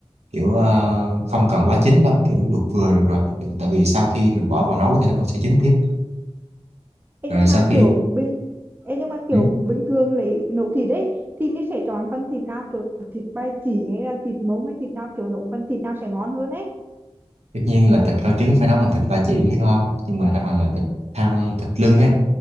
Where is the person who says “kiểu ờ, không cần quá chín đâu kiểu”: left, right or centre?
Right